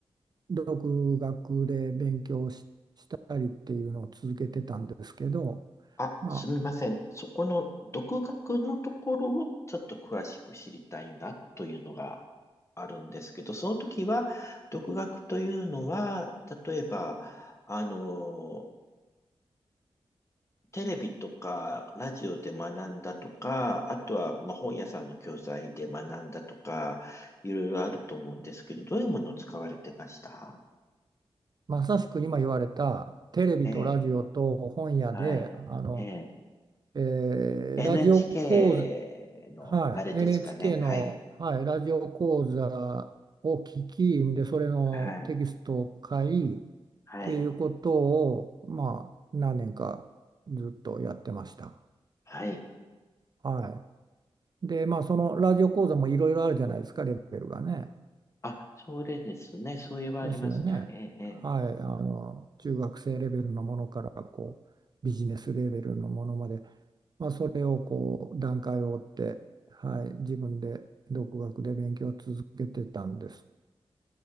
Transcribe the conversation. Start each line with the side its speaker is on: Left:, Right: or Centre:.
Right: 独学で勉強し、したりっていうのを続けてたんですけど、
Left: あ、
Right: まあ、
Left: すみません。そこの独学のところをちょっと詳しく知りたいなというのがあるんですけど、その時は、独学というのは、例えば、あの、テレビとかラジオで学んだとか、あとはまあ本屋さんの教材で学んだとか、いろいろあると思うんですけど、どういうものを使われてました
Right: まさしく今言われたテレビとラジオと本屋であの、
Left: ええ、はい。ええ、
Right: えーラジオ講
Left: NHK のあれですかね。
Right: はい、NHK の、
Left: はい。
Right: はい、ラジオ講座を聞きで、それのテキストを買いっ
Left: はい。はい。
Right: ていうことを、まあ、何年かずっとやってました。
Left: はい。
Right: はい。で、まあ、そのラジオ講座もいろいろあるじゃないですか、レベルがね。
Left: あ、それですね。そういえばありますね。
Right: ですよね。
Left: ええ、ええ。
Right: はい、あの、中学生レベルのものから、こう、ビジネスレベルのものまで、まあ、それをこう、段階を追って、はい、自分で独学で勉強を続けてたんです